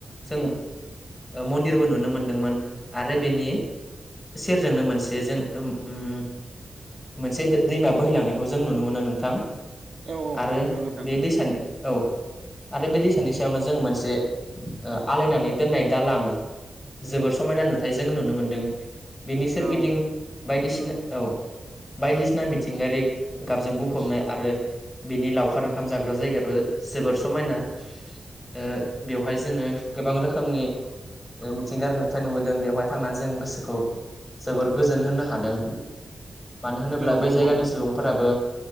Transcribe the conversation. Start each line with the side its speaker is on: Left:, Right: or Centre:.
Left: जों मन्दिरबो नुनो मोनदों मोन आरो बेनि सेरजोंनो मोनसे जों ओम उम मोनसे दै दैमा बोहै लांनायखौ जों नुनो मोनो नोंथां
Right: औ औ
Left: आरो
Right: नंगौ नोंथां
Left: बे दैसानि औ आरो बे दैसानि सायावनो जों मोनसे ओ आलायनानै दोननाय दालां जोबोर समायना नुथाय जों नुनो मोनदों। बिनि सोरगिदिं
Right: औ
Left: बायदि सिन औ बायदि सिना मिथिंगायारि गाबजों बुंफबनाय आरो बिनि लावखार ओंखाम जाग्रा जायगायाबो जोबोर समायना । ओ बेवहाय जोङो गोबां रोखोमनि ओ मिथिंगार नुथाय नुबोदों बेवहाय थांनानै जों गोसोखौ जोबोर गोजोन होनो हादों। मानो होनोब्ला
Right: औ
Left: बै
Right: नंगौ
Left: जायगानि
Right: नोंथां
Left: सुबुंफोराबो